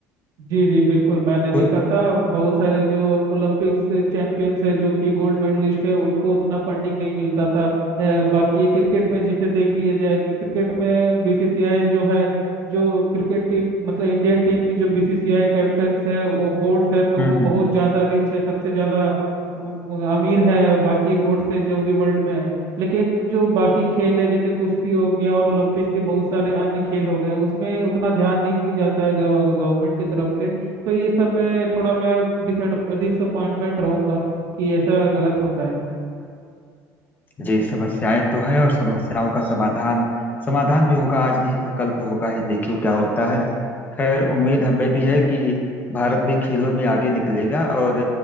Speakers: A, on the right; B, on the left.
A: जी जी बिल्कुल मैंने
B: कु-
A: देखा था बहुत सारे जो ओलंपिक्स से चैंपियंस है जो कि गोल्ड मेडलिस्ट है उनको उतना फंडिंग नहीं मिलता था अ, बाकी ये क्रिकेट में जिसे देख लिया जाए कि क्रिकेट में बीसीसीआई जो है जो क्रिकेट टीम मतलब इंडियन टीम की जो बीसीसीआई कैप्टन है वो बोर्ड्स है तो
B: हम्म
A: वो
B: हम्म
A: बहुत ज़्यादा रिच है सबसे ज़्यादा अम, अमीर है बाकी बोर्ड से जो भी वर्ल्ड में है लेकिन जो बाकी खेल है जैसे कुश्ती हो गया और ओलंपिक्स के बहुत सारे अन्य खेल हो गए हैं उसमें उतना ध्यान नहीं दिया जाता है गव- गवर्नमेंट की तरफ से तो ये सब में थोड़ा मैं डिसअपॉइंटमेंट रहूंगा कि ऐसा गलत होता है
B: जी समस्याएं तो हैं और समस्याओं का समाधान समाधान भी होगा आज नहीं तो कल तो होगा ही देखिए क्या होता है खैर उम्मीद हमें भी है कि भारत भी खेलों में आगे निकलेगा और